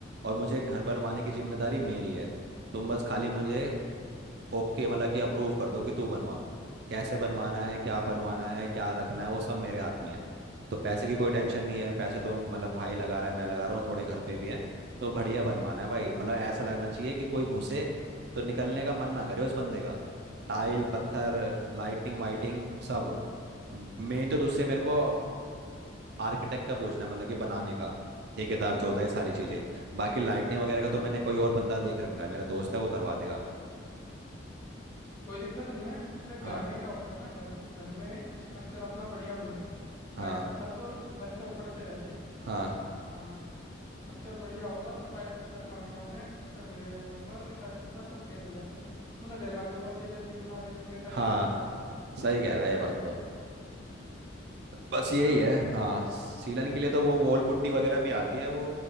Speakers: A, on the right (about 55°); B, on the left (about 20°).
A: और मुझे घर बनवाने की जिम्मेदारी मेरी है तुम बस खाली मुझे ओके मतलब कि अप्रूव कर दो कि तू बनवा कैसे बनवाना है क्या बनवाना है क्या रखना है वो सब मेरे हाथ में है तो पैसे की कोई टेंशन नहीं है पैसे तो मतलब भाई लगा रहा है मैं लगा रहा हूँ थोड़े घर पे भी है तो बढ़िया बनवाना है भाई मतलब ऐसा लगना चाहिए कि कोई घुसे तो निकलने का मन ना करे उस बंदे का टाइल पत्थर लाइटिंग वाइटिंग सब मेन तो तुझसे मेरे को आर्किटेक्ट का पूछना है, मतलब कि बनाने का ठेकेदार जो होता है ये सारी चीजें बाकी लाइटनिंग वगैरह का तो मैंने कोई और बंदा देख रखा है मेरा दोस्त है वो करवा देगा
B: कोई दिक्कत नहीं है देख घर
A: हाँ
B: में क्या होता है ना घर घर में स्ट्रक्चर अपना बढ़िया बन जाए
A: हाँ
B: टाइल पत्थर तो लगते उखड़ते रहते हैं
A: हाँ
B: हाँ स्ट्रक्चर बढ़िया होगा तो टाइल पत्थर कामयाब हैं स्ट्रक्चर बढ़िया नहीं होगा तो टाइल पत्थर सब फेल हो जाते हैं तूने देखा भी होगा सेलन वेलन आ रही होती है टाइलें
A: हाँ
B: छूट जाती हैं
A: सही कह रहा है ये बात तो बस यही
B: है ना
A: है हाँ सीलन के लिए तो वो वॉल पुट्टी वगैरह भी आती है वो